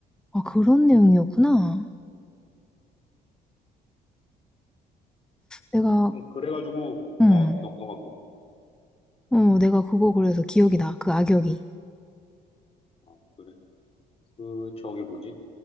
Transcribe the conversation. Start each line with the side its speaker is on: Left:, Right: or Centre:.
Centre: 아, 그런 내용이었구나. 내가,
Left: 음, 그래가지고
Centre: 응.
Left: 어, 너, 너가 뭐?
Centre: 어, 내가 그거 그래서 기억이 나. 그 악역이.
Left: 어, 그래. 그 저게 뭐지?